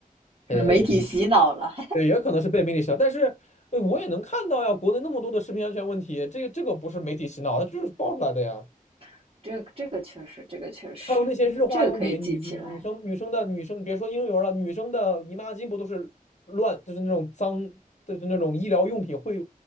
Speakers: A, on the left; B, on the right.
A: 呃，
B: 媒体洗脑了，
A: 也对也可能是被媒体洗脑。但是，呃我也能看到呀，国内那么多的食品安全问题，这个这个不是媒体洗脑，它就是爆出来的呀。
B: <laughs> 这个这个确实，这个确实，
A: 还有那些日化用品，
B: 嗯，这个可以记起来
A: 女女女生女生的女生，别说婴幼儿了，女生的姨妈巾不都是乱，就是那种脏，就是那种医疗用品会